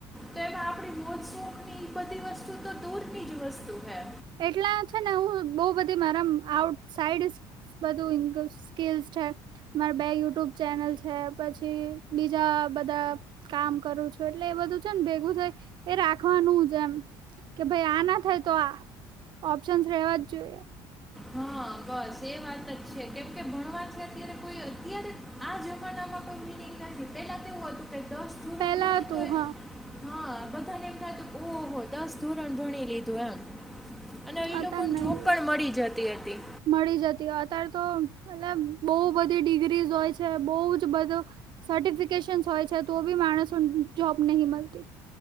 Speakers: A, in the centre; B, on the right.
A: તો એમાં આપણી મોજ શોખની ઈ બધી વસ્તુ તો દૂરની જ વસ્તુ હૈ.
B: એટલામાં છે ને હું બઉ બધી મારા આઉટ સાઈડ બધું ઇનકસ સ્કીસ છે. મારા બે યુટ્યુબ ચેનલ છે, પછી બીજા બધા કામ કરું છું. એટલે એ બધું છે ને ભેગું થાય એ રાખવાનું જ એમ. કે ભાઈ આ ના થાય તો આ. ઓપ્શનસ રહેેવા જ જોઈએ.
A: હા બસ એ વાત જ છે. કેમ કે ભણવાથી અત્યારે કોઈ અત્યારે આ જમાનામાં કોઈ મીનિંગ નથી. પેલા તો એવું હતું કે દસ ધોરણ
B: પેલા
A: ભણે
B: હતું
A: તોય
B: હા
A: હા બધાને એમ થાતું ઓહો! દસ ધોરણ ભણી લીધું એમ. અને ઈ
B: અતા
A: લોકોને
B: નહી
A: જોબ પણ મળી જતી હતી.
B: મળી જતી. અત્યારે તો એટલે બહુ બધી ડિગ્રીઝ હોય છે બહુ જ બધું સર્ટિફિકેશન હોય છે, તો બી માણસોને જોબ નહી મલતી.